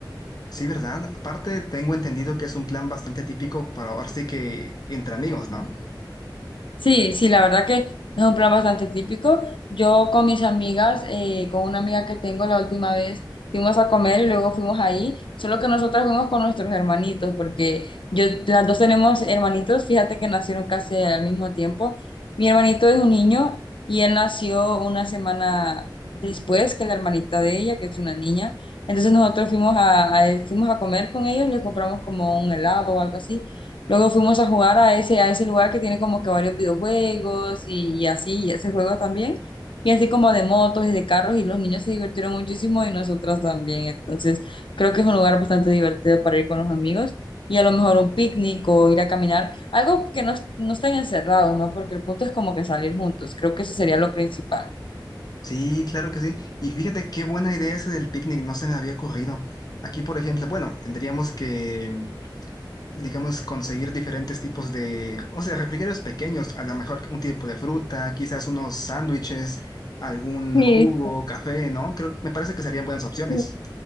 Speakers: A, on the left; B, on the left.
A: Sí, ¿verdad? Aparte, tengo entendido que es un plan bastante típico para ahora sí que entre amigos, ¿no?
B: Sí, sí, la verdad que es un plan bastante típico. Yo con mis amigas, eh, con una amiga que tengo la última vez, fuimos a comer y luego fuimos ahí, solo que nosotras fuimos con nuestros hermanitos, porque yo, las dos tenemos hermanitos, fíjate que nacieron casi al mismo tiempo. Mi hermanito es un niño y él nació una semana después que la hermanita de ella, que es una niña. Entonces nosotros fuimos a, a- fuimos a comer con ellos, les compramos como un helado o algo así Luego fuimos a jugar a ese, a ese lugar que tiene como que varios videojuegos y, y así, y ese juego también. Y así como de motos y de carros, y los niños se divirtieron muchísimo y nosotras también. Entonces, creo que es un lugar bastante divertido para ir con los amigos y a lo mejor un picnic o ir a caminar, algo que no, es- no estén encerrados, ¿no? Porque el punto es como que salir juntos. Creo que eso sería lo principal.
A: Sí, claro que sí. Y fíjate qué buena idea esa del picnic, no se me había ocurrido. Aquí, por ejemplo, bueno, tendríamos que, digamos, conseguir diferentes tipos de, o sea, refrigerios pequeños, a lo mejor un tipo de fruta, quizás unos sándwiches, algún
B: Sí,
A: jugo, café, ¿no? Creo, me parece que serían buenas opciones.
B: sí.